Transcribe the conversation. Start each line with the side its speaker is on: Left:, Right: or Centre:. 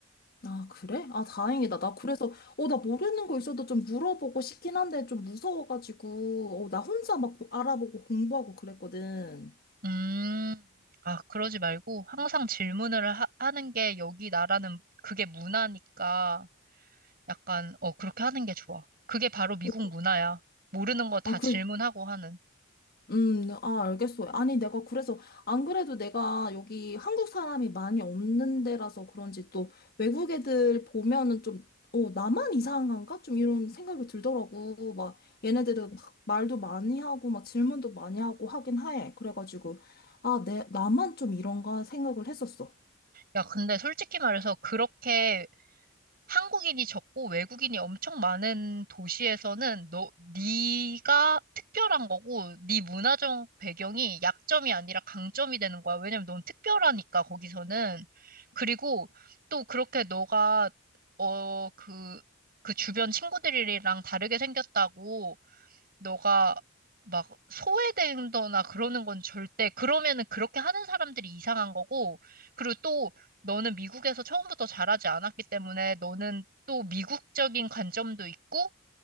Left: 아, 그래? 아, 다행이다. 나 그래서, 어, 나 모르는 거 있어도 좀 물어보고 싶긴 한데 좀 무서워가지고, 어, 나 혼자 막 고- 알아보고 공부하고 그랬거든.
Right: 음, 아, 그러지 말고 항상 질문을 하, 하는 게 여기 나라는 그게 문화니까. 약간, 어, 그렇게 하는 게 좋아. 그게 바로 미국
Left: 어, 그-
Right: 문화야. 모르는 거 다
Left: 아, 그,
Right: 질문하고 하는.
Left: 음, 아, 알겠어 아니, 내가 그래서, 안 그래도 내가 여기 한국 사람이 많이 없는 데라서 그런지 또 외국 애들 보면은 좀, 어, 나만 이상한가? 좀 이런 생각이 들더라고. 막, 얘네들은 막 말도 많이 하고, 막 질문도 많이 하고 하긴 해. 그래가지고, 아, 내, 나만 좀 이런가 생각을 했었어.
Right: 야, 근데 솔직히 말해서 그렇게 한국인이 적고 외국인이 엄청 많은 도시에서는 너, 네가 특별한 거고, 네 문화적 배경이 약점이 아니라 강점이 되는 거야. 왜냐면 넌 특별하니까, 거기서는. 그리고 또 그렇게 너가, 어, 그, 그 주변 친구들이랑 다르게 생겼다고 너가 막 소외된다거나 그러는 건 절대, 그러면은 그렇게 하는 사람들이 이상한 거고, 그리고 또 너는 미국에서 처음부터 자라지 않았기 때문에 너는 또 미국적인 관점도 있고,